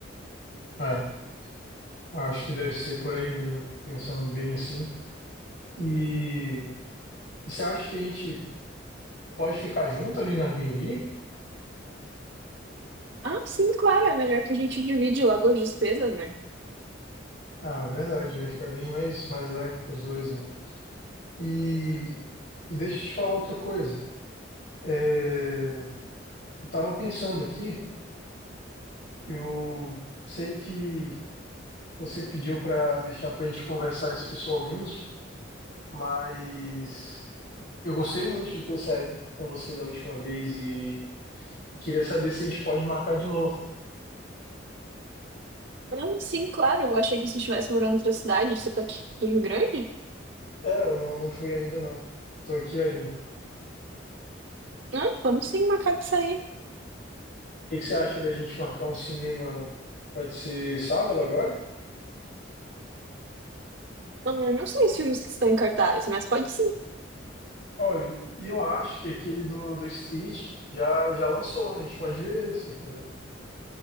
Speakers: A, on the left; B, on the right.
A: É, acho que deve ser por aí mesmo, pensando bem assim. E, e você acha que a gente pode ficar junto ali no Airbnb?
B: Ah, sim, claro, é melhor que a gente divide logo as despesas, né?
A: Ah, verdade, vai ficar bem mais, mais leve para os dois, né? E, e deixa eu te falar outra coisa. É, eu tava pensando aqui. Eu sei que você pediu para deixar para a gente conversar isso pessoalmente, mas eu gostei muito de ter saído com você da última vez e, e queria saber se a gente pode marcar de novo.
B: Ah, sim, claro, eu achei que você estivesse morando em outra cidade. Você tá aqui em Rio Grande?
A: É, eu não, não fui ainda não. Tô aqui ainda. O
B: Ah, vamos sim marcar de sair.
A: que que você acha da gente marcar um cinema? Pode ser sábado agora?
B: Ah, eu não sei os filmes que estão em cartaz, mas pode sim.
A: Olha, eu, eu acho que aquele do, do Stitch já, já lançou. A gente pode ver ele se você quiser.